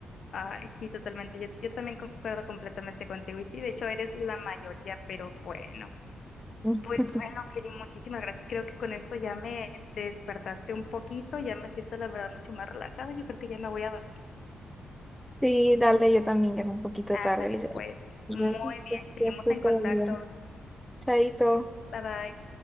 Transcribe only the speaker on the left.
Ay, sí, totalmente. Yo, yo también concuerdo completamente contigo. Y sí, de hecho eres la mayoría, pero bueno.
Pues bueno, Kelly, muchísimas gracias. Creo que con esto ya me despertaste un poquito, ya me siento la verdad mucho más relajada. Yo creo que ya me voy a dormir.
Ándale,
pues.
Muy bien.
Seguimos
en
contacto.
Bye bye.